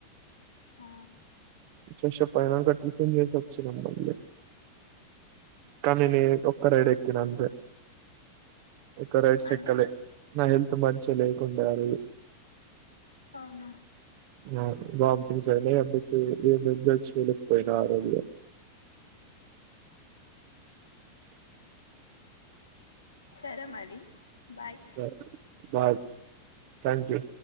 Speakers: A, on the left; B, on the right.
A: ఆ
B: ఫ్రెష్ అప్ అయినంక టిఫిన్ చేసోచ్చినం మళ్ళీ కానీ నే ఒక్క రైడ్ ఎక్కిన అంతె ఎక్కువ రైడ్స్
A: అంటే
B: ఎక్కలే నా హెల్ త్ మంచిగ లేకుండె ఆరోజు
A: అవునా
B: ఆ వాంటింగ్స్ అయినాయి అందుకె ఏం ఎంజాయ్ చేయలేకపోయిన ఆరోజు <inaudible>
A: సరే మరి బాయ్
B: సరె బాయ్ థ్యాంక్ యు